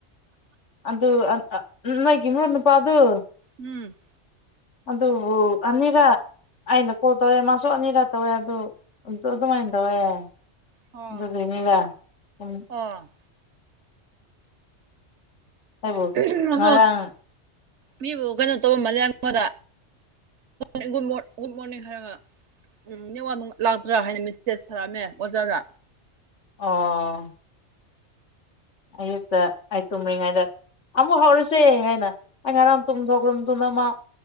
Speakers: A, on the left (about 80°); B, on the right (about 75°).
A: ꯑꯗꯨ ꯅꯒꯤꯃꯣꯅꯄꯥ ꯑꯗꯨ
B: ꯎꯝ
A: ꯑꯗꯨꯕꯨ ꯑꯅꯤꯔꯛ ꯑꯩꯅ ꯀꯣꯜ ꯇꯧꯋꯦ ꯃꯥꯁꯨ ꯑꯅꯤꯔꯛ ꯇꯧꯋꯦ ꯑꯗꯨ ꯑꯗꯨꯃꯥꯏꯅ ꯇꯧꯋꯦ <unintelligible>
B: ꯑꯣ ꯑꯣ
A: ꯑꯩꯕꯨ
B: <unintelligible>
A: ꯉꯔꯥꯡ
B: ꯃꯤꯕꯨ ꯀꯩꯅꯣ ꯇꯧꯕꯃꯜꯂꯦ ꯑꯩꯉꯣꯟꯗ ꯒꯨꯗ ꯃꯣꯔꯅꯤꯡ ꯍꯥꯏꯔꯒ ꯎꯝ ꯅꯤꯡꯋꯥꯛ ꯅꯨꯡ ꯂꯥꯛꯇ꯭ꯔꯥ ꯍꯥꯏꯅ ꯃꯦꯁꯦꯖ ꯊꯥꯔꯛꯑꯝꯃꯦ ꯑꯣꯖꯥꯗ
A: ꯑꯣ ꯑꯩꯌꯨꯛꯇ ꯑꯩ ꯇꯨꯝꯃꯤꯉꯥꯏꯗ ꯑꯃꯨꯛ ꯍꯧꯔꯥꯁꯦ ꯍꯥꯏꯅ ꯑꯩ ꯉꯔꯥꯡ ꯇꯨꯝꯊꯣꯛꯔꯨꯝꯗꯨꯅ ꯃꯥ